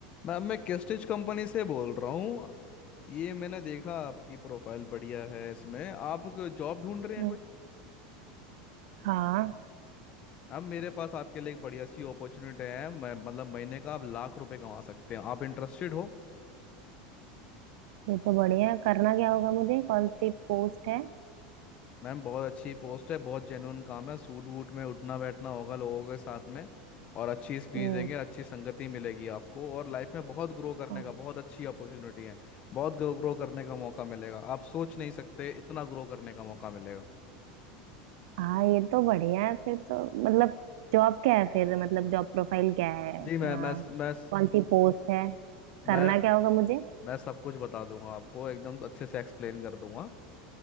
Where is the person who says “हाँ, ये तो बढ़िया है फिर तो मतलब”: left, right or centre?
Right